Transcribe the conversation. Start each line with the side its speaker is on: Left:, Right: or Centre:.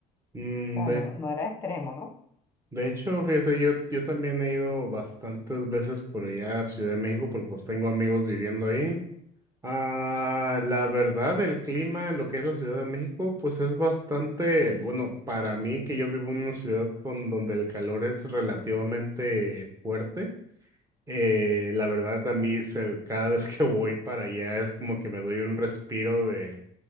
Right: Mm,
Left: o sea,
Right: De,
Left: no, no era extremo, ¿no?
Right: de hecho, fíjese, yo, yo también he ido bastantes veces por allá a Ciudad de México porque los tengo amigos viviendo ahí. Ah, la verdad, el clima en lo que es la Ciudad de México, pues es bastante, bueno, para mí que yo vivo en una ciudad con donde el calor es relativamente fuerte. eh, la verdad, a mí se- cada vez que voy para allá es como que me doy un respiro de,